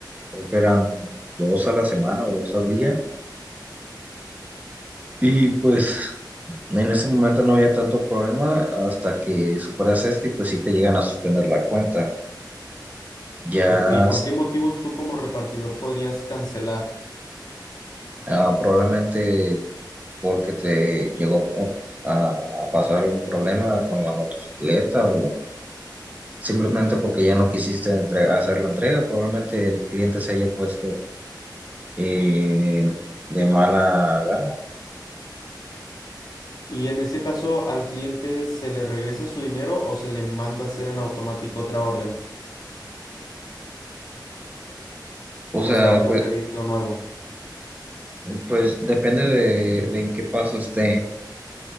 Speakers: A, on the right (about 20°); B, on the left (about 55°).
A: Creo que eran dos a la semana o dos al día. Y pues en ese momento no había tanto problema hasta que superas esto y pues sí te llegan a suspender la cuenta. Ya
B: Ok, ¿por qué motivos tú como repartidor podrías cancelar?
A: ah, probablemente porque te llegó a, a pasar algún problema con la motocicleta o simplemente porque ya no quisiste entrega- hacer la entrega, probablemente el cliente se haya puesto eh, de mala gana.
B: Y en ese caso, ¿al cliente se le regresa su dinero o se le manda a hacer en automático otra orden?
A: O sea,
B: O sea, otro
A: pues,
B: pedido nuevo.
A: pues depende de, de en qué paso esté.